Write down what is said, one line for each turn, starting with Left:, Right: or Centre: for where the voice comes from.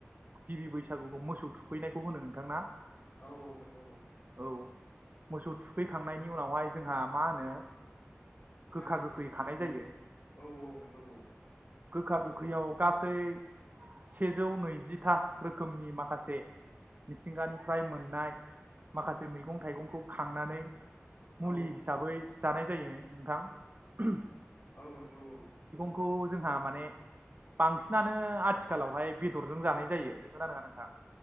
Right: गिबि बैसागुखौ मोसौ थुखैनायखौ होनो नोंथांना?
Left: औ औ नंगौ औ
Right: औ मोसौ थुखै खांनायनि उनावहाय जोंहा मा होनो गोखा
Left: मानसि
Right: गोखै
Left: बैसागु
Right: खानाय जायो
Left: औ औ नंगौ औ।
Right: गोखा गोखैयाव गासै सेजौ नैजिथा रोखोमनि माखासे मिथिंगानिफ्राय मोननाय माखासे मैगं थाइगंखौ खांनानै मुलि
Left: औ
Right: हिसाबै जानाय जायो नोंथां
Left: औ नंगौ औ
Right: खौ जोंहा माने बांसिनानो आथिखालावहाय बेदरजों जानाय जायो नोंगौ ना नङा नोंथां?